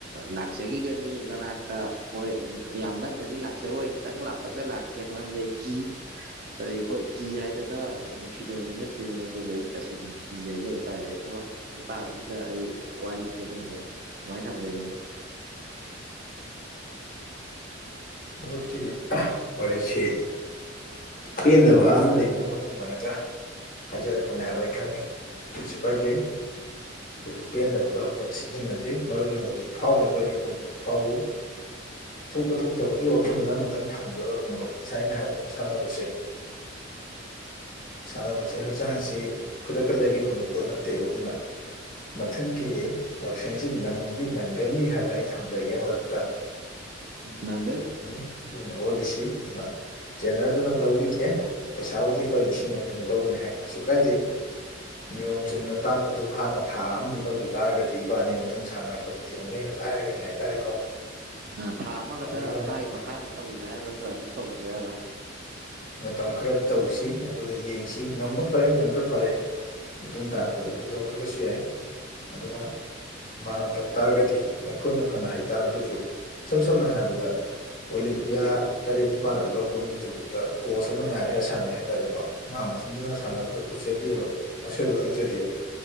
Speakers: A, on the right; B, on the left.
A: ꯂꯥꯛꯆꯒꯤꯒꯅꯤ ꯅꯅꯥꯛꯇ ꯍꯣꯏ ꯌꯥꯝ ꯅꯛꯅꯗꯤ ꯂꯥꯛꯆꯔꯣꯏ ꯈꯤꯇꯪ ꯇꯛꯅ ꯂꯥꯛꯀꯦ ꯃꯔꯝꯗꯤ ꯑꯩ ꯀꯤ ꯑꯩ ꯍꯣꯏ ꯀꯤ ꯍꯥꯏꯗꯅ ꯅꯨꯡ ꯁꯤꯗꯕꯗꯤ ꯅꯠꯇꯦ ꯑꯗꯨꯕꯨ ꯑꯩ ꯇꯁꯦꯡꯅ ꯀꯤ ꯍꯥꯏꯖꯕ ꯇꯥꯔꯦ ꯃꯇꯥꯡꯁꯤꯗ ꯑꯩ ꯋꯥꯔꯤꯁꯤ ꯇꯦꯟꯖꯟꯒꯦ ꯁꯨꯃꯥꯏꯅ ꯊꯝꯖꯒꯦ ꯃꯔꯨꯞ
B: ꯃꯔꯨꯞꯀꯤ ꯋꯥꯔꯤꯁꯤ ꯄꯦꯟꯗꯕ ꯑꯃ ꯂꯩꯕꯅ ꯃꯔꯝ ꯑꯣꯏꯔꯒ ꯍꯥꯏꯖꯔꯛꯄꯅꯦ ꯍꯥꯏꯕ ꯑꯩ ꯈꯪꯉꯦ ꯀꯩꯁꯨ ꯀꯥꯏꯗꯦ ꯑꯗꯨꯒ ꯄꯦꯟꯗꯕꯗꯣ ꯑꯐꯕꯗ ꯁꯤꯖꯤꯟꯅꯖꯤ ꯃꯔꯨꯞꯅ ꯍꯧꯖꯤꯛ ꯐꯥꯎꯔꯤꯕ ꯏꯍꯨꯜꯗꯨ ꯐꯥꯎ ꯊꯣꯛꯄ ꯊꯣꯛꯇꯕ ꯒꯤ ꯋꯥꯈꯜꯗꯨꯗ ꯑꯃꯇꯪ ꯊꯝꯒꯔ꯭ꯥꯒꯀꯣ ꯃꯔꯨꯞ ꯉꯁꯥꯏ ꯑꯩꯅ ꯍꯥꯏꯕꯗꯣ ꯁꯥꯟꯅꯕꯁꯦ ꯁꯥꯟꯅꯕꯁꯤ ꯍꯛꯆꯥꯡꯁꯤ ꯈꯨꯗꯛꯇ ꯂꯩꯒꯦ ꯐꯪꯕ ꯄꯣꯠ ꯅꯠꯇꯦꯕ ꯑꯗꯨꯅ ꯃꯊꯪꯒꯤ ꯌꯥꯎꯁꯪꯁꯤ ꯅꯪꯗꯤ ꯅꯪꯒꯅꯤ ꯍꯥꯏꯅ ꯑꯩ ꯊꯝꯖꯒꯦ ꯃꯔꯨꯞꯇ
A: ꯅꯪ
B: ꯎꯝ ꯑꯣꯗꯤꯁꯤ ꯑꯗꯨꯒ ꯇꯦꯜꯂꯔꯗꯨꯅ ꯂꯧꯕꯤꯒꯦ ꯄꯩꯁꯥꯕꯨꯗꯤ ꯍꯣꯢ ꯂꯤꯁꯤꯡ ꯑꯅꯤꯃꯨꯛ ꯂꯧꯒꯅꯤ ꯍꯥꯏ ꯀꯩꯁꯨ ꯀꯥꯏꯗꯦ ꯅꯤꯌꯣꯝ ꯆꯨꯝꯅ ꯇꯥꯛꯄꯗꯨ ꯃꯍꯥꯛꯅ ꯊꯥ ꯑꯃꯅꯤ ꯂꯧꯒ ꯇꯥꯥꯔꯒꯗꯤ ꯏꯕꯥꯅꯤ ꯃꯇꯨꯡ ꯁꯥꯟꯅꯔꯛꯄꯗꯨꯗꯤ ꯑꯃꯨꯛ ꯍꯦꯟꯅ ꯂꯥꯏꯔꯒꯅꯤ ꯍꯥꯏꯇꯥꯔꯦꯀꯣ
A: ꯑ ꯊꯥ ꯑꯃꯈꯠꯇ
B: ꯑꯗꯨ ꯏꯕꯥꯅꯤꯅ
A: ꯃꯥꯏ ꯃꯈꯥꯗ ꯇꯧꯖꯦ ꯍꯥꯏꯔ ꯅꯠꯇ꯭ꯔꯥ ꯑꯗꯨꯝ ꯇꯧꯖꯦ ꯍꯥꯏꯔ
B: ꯃꯇꯝ ꯈꯔ ꯇꯧꯁꯤ ꯑꯗꯨꯒ ꯌꯦꯡꯁꯤ ꯉꯝꯃ ꯐꯔꯦ ꯉꯝꯗ꯭ꯔ ꯐꯔꯦ ꯃꯇꯨꯡ ꯇꯥꯔꯛꯄꯗꯗꯤ ꯇꯧꯗꯔꯒꯁꯨ ꯌꯥꯏ ꯑꯗꯨꯅ ꯃꯥꯅ ꯇꯧ ꯇꯥꯔꯒꯗꯤ ꯑꯩꯈꯣꯏꯅ ꯐꯅ ꯍꯩꯇꯥꯥꯔꯒꯁꯨ ꯏꯁꯝ ꯁꯝꯅ ꯍꯥꯏꯔꯕꯗ ꯑꯣꯂꯦꯝꯄꯤꯌꯥ ꯇꯔꯦꯠ ꯅꯤꯄꯥꯜ ꯂꯛ ꯂꯧ ꯕ ꯃꯤꯗꯨꯕꯛꯇ ꯀꯣꯆ ꯑꯃ ꯅꯥꯏꯔꯒ ꯁꯥꯟꯅꯩ ꯍꯥꯏ ꯇꯥꯔꯦꯀꯣ ꯃꯥ ꯃꯊꯟꯗꯅ ꯁꯥꯟꯅꯕꯗꯨ ꯎꯖꯗꯦꯕ ꯑꯁꯣꯏꯕ ꯈꯪꯖꯗꯦꯕ